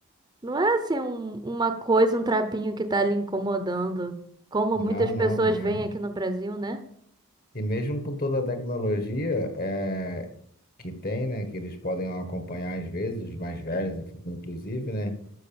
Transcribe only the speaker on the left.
Não,
não,
é.
E mesmo com toda a tecnologia é, que tem, né, que eles podem acompanhar às vezes, os mais velhos, inclusive, né?